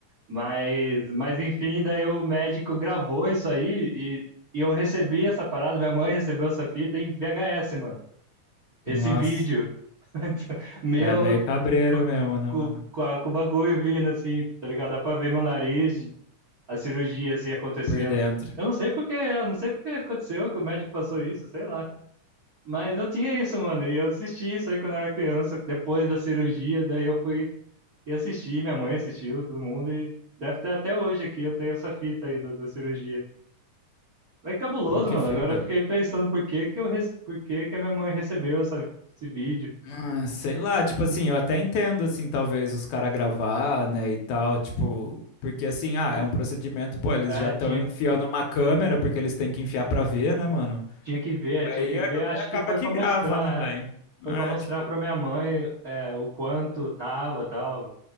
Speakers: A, on the right; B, on the left.
A: Mas, mas enfim, daí o médico gravou isso aí e, e eu recebi essa parada, minha mãe recebeu essa fita em VHS, mano. Esse
B: Nossa.
A: vídeo <laughs> meu
B: É meio cabreiro mesmo, né,
A: com,
B: mano?
A: com, a- com o bagulho vindo, assim, tá ligado? Dá pra ver meu nariz, a cirurgia, assim, acontecendo.
B: Por dentro.
A: Eu não sei porque, eu não sei porque aconteceu, que o médico passou isso, sei lá. Mas eu tinha isso, mano, e eu assisti isso aí quando eu era criança, depois da cirurgia, daí eu fui e assisti, minha mãe assistiu, todo mundo, e deve ter até hoje aqui, eu tenho essa fita aí do- da cirurgia. É cabuloso,
B: Pô, que
A: mano,
B: fita.
A: agora eu fiquei pensando por que que eu, rece- por que que a minha mãe recebeu essa, esse vídeo.
B: Ah, sei lá, tipo assim, eu até entendo, assim, talvez os caras gravar, né, e tal, tipo. Porque assim, ah, é um procedimento, pô, eles
A: Ah,
B: já estão
A: tinha,
B: enfiando uma câmera, porque eles têm que enfiar pra ver, né, mano?
A: tinha que ver,
B: E aí
A: tinha que
B: é-
A: ver, acho
B: acaba
A: que foi
B: que
A: pra
B: grava,
A: mostrar,
B: né, velho?
A: é. Foi
B: É,
A: pra mostrar
B: tipo.
A: pra minha mãe é, o quanto tava tal.